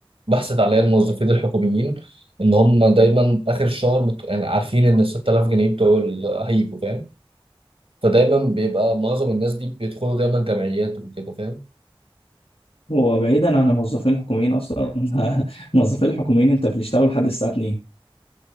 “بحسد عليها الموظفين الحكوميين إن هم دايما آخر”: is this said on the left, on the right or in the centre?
Right